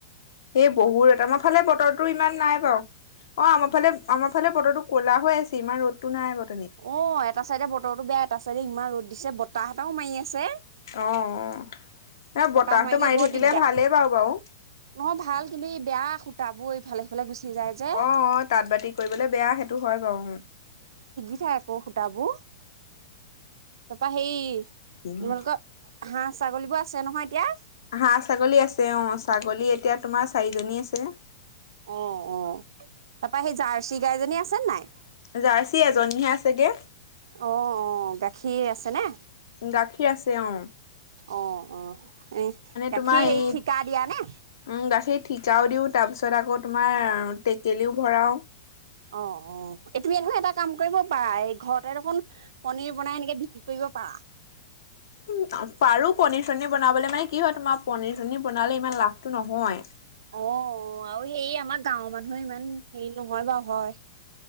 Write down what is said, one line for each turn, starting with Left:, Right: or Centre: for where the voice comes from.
Left: এ বহুত, আমাৰ ফালে বতৰটো ইমান নাই বাউ, অ আমাৰ ফালে আমাৰ। ইফালে বতৰটো কলা হৈ আছে। ইমান ৰদতটো নাই বতৰ।
Right: অ এটা চাইডে বতৰটো বেয়া, এটা চাইডে ইমান ৰ'দ। দিছে বত। বতাৱ মাৰি আছে,
Left: অ অ এ বতাহটো
Right: আও মাৰিলে
Left: মাৰি
Right: বৰ
Left: থাকিলে
Right: দিগদাৰ,
Left: ভালেই বাৰু বাৰু
Right: নহয় ভাল কিন্তু ই বেয়া। তাবো ইফালে সিফালে গুচি। যায় যে
Left: অ অ তাঁত বাতি কৰিবলৈ বেয়া সেইটো হয় বাউ উম্।
Right: যাই আকৌ সূতাবো, তাপা সেই,
Left: উম
Right: তোমালোকৰ হাঁহ ছাগলী বোৰ। আছে নহয় এতিয়া
Left: হাঁহ ছাগলী আছে অঁ ছাগলী এতিয়া তোমাৰ চাৰিজনী আছে
Right: অঁ অঁ তাপা হেৰি জাৰ্চি গাইজনী আছে নাই
Left: জাৰ্চি এজনীহে আছেগে
Right: অ 'অ' গাখীৰ আছে নে
Left: গাখীৰ আছে অঁ
Right: অঁ অঁ উম গাখীৰ
Left: তোমাৰ
Right: সেই
Left: এই
Right: ঠিকা দিয়া নে
Left: উম গাখীৰ ঠিকাও দিওঁ তাৰপিছত আকৌ তোমাৰ টেকেলিও ভৰাও
Right: অ' অ' তুমি দেখোন এটা কাম কৰিব পাৰা এই ঘৰতে দেখোন পনিৰ বনাই এনেকে বিক্ৰী কৰিব পাৰা
Left: উম পাৰো পনীৰ চনীৰ বনাবলৈ মানে কি হয় তোমাৰ পনিৰ চনীৰ বনালে ইমান লাভটো নহয়
Right: অঁ অঁ আৰু হেৰি আমাৰ গাঁৱৰ মানুহ ইমান হেৰি নহয় বাৰু হয়